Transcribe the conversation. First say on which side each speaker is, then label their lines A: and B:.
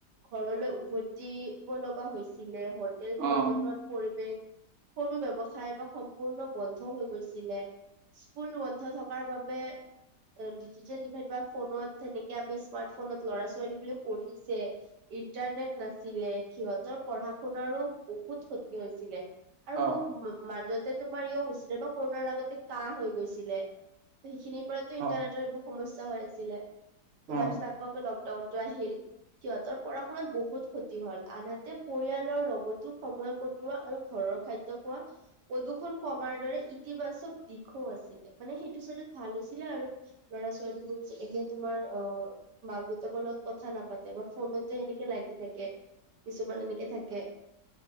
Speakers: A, on the right (about 80°); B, on the right (about 65°).
A: ঘৰলৈ উভতি-ব লগা হৈছিলে <unintelligible>
B: অ',
A: পৰ্যটন পৰিবেশ সৰু ব্যৱসায় বা সম্পূৰ্ণ বন্ধ হৈ গৈছিলে স্কুল বন্ধ থকাৰ বাবে ডিজিটেল ডিভাইচ বা ফোনত তেনেকে আমি স্মাৰ্ট ফোনত ল'ৰা ছোৱালীবোৰে পঢ়িছে ইণ্টাৰনেট নাছিলে সিহঁতৰ পঢ়া শুনাৰো বহুত ক্ষতি হৈছিলে আৰু
B: অ',
A: মাজত তে তোমাৰ ইয় হৈছিলে ন কৰোণাৰ আগতে কা হৈ গৈছিলে ত সেইখিনিৰ পৰাতো ইন্টাৰনেটৰ
B: অ',
A: <unintelligible> সমস্যা হৈ আছিলে ত
B: অ',
A: তাৰপিছত আকৌ আকৌ লকডাউনটো আহিল সিহঁতৰ পঢ়া শুনাত বহুত ক্ষতি হ'ল আনহাতে পৰিয়ালৰ লগতো সময় ক কতোৱা আৰু ঘৰৰ খাদ্য খোৱা প্ৰদূৰণ কমাৰ দৰে ইতিবাচক দিশ আছিলে মানে সেইটো চাইডত ভাল হৈছিলে আৰু ল'ৰা ছোৱালীবোৰ যেনেকে তোমাৰ অ মাক দেউতাকৰ লগত কথা নাপাতে বা ফোনতে সেনেকে লাগি থাকে কিছুমান এনেকে থাকে